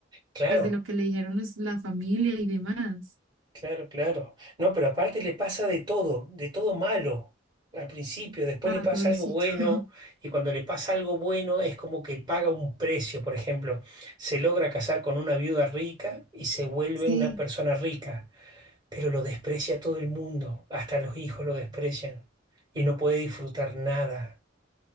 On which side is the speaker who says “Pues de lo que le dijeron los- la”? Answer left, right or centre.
Right